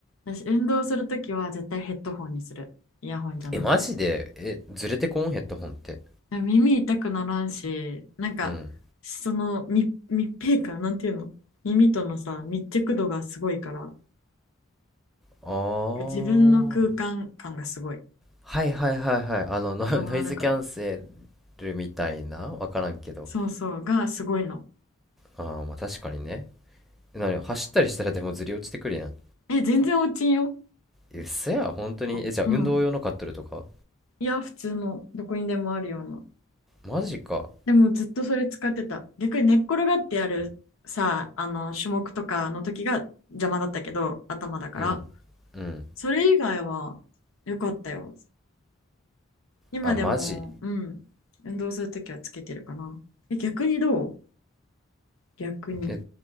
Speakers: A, on the left (about 85°); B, in the centre.
A: 私、運動するときは絶対ヘッドホンにする。イヤホンじゃなくて。
B: えマジでえずれてこんヘッドホンって
A: でも耳痛くならんし、なんか、
B: うん
A: その密、密閉感、なんていうの耳とのさ、密着度がすごいから、
B: あー
A: 自分の空間感がすごい。
B: はいはいはいはいあのノ、ノイズキャンセ
A: 伝わるかな。
B: ルみたいなわからんけど
A: そうそうがすごいの
B: ああーまあ確かにねなに走ったりしたらでもずり落ちてくるやん
A: え全然落ちんよ
B: うっそや本当にえじゃあ運動用の買っとるとか
A: あうんいや普通のどこにでもあるような
B: マジか
A: でもずっとそれ使ってた逆に寝っ転がってやるさあの種目とかの時が邪魔だったけど頭だから
B: うんうん
A: それ以外は良かったよ今でもうん運動する時はつけてるかなえ逆にどう
B: あマジ
A: 逆に
B: え